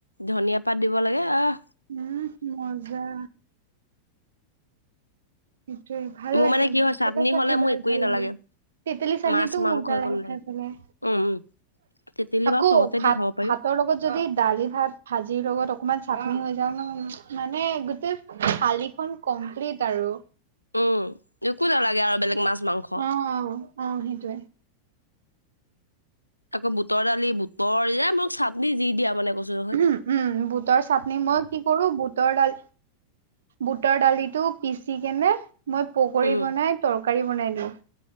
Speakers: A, on the left; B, on the right.
A: ধনিয়া পাত দিব লাগে অহ,
B: উম, মজা। নিশ্চয় ভাল
A: মোৰ
B: লাগে
A: মানে কি
B: ব
A: হয়
B: কেইটা চাটনি
A: হ'লে মোৰ
B: ভাল-ভাল
A: একোৱে নালাগে
B: লাগে। তেতেলি ছাতনিতো
A: মাছ মাংস
B: মজা
A: একো
B: লাগে
A: নালাগে
B: খাইপেলাই।
A: উম উম তেতেলী
B: আকৌ
A: বাৰু চবতে
B: ভাত-ভাতৰ
A: দি খাব পাৰি
B: লগত যদি দালি ভাত ভাজিৰ লগত অকমান চাটনি হৈ মানে গোটেই থালিখন কমপ্লিট আৰু
A: উম, একো নালাগে আৰু বেলেগ মাছ মাংস
B: অ-অ-অ সেইটোয়ে
A: আকৌ বুটৰ দালি বুটৰ যে আমাক চাটনি যি দিয়া মানে। কৈছো নহয়
B: উম, বুটৰ চাটনি মই কি কৰো বুটৰ দাল বুটৰ দালিতো পিচি কেনে মই পকৰী
A: উম
B: বনাই তৰকাৰী বনাই দিওঁ।